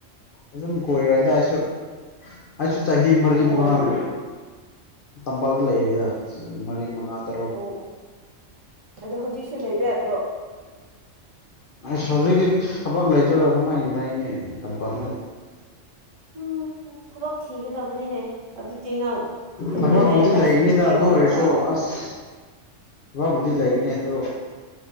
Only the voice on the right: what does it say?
ꯑꯣ
ꯑꯣ ꯑꯣ ꯑꯗꯣ ꯍꯧꯖꯤꯛꯁꯨ ꯂꯩꯕ ꯌꯥꯗ꯭ꯔꯣ
ꯎꯝ ꯊꯕꯛ ꯊꯤꯒꯗꯕꯅꯤꯅꯦ ꯑꯗꯨꯗꯤ ꯅꯪ ꯈꯨꯟꯗ
ꯂꯩꯔꯒ
ꯁꯤꯕꯤ ꯀꯦ
ꯑꯣꯜꯂꯒ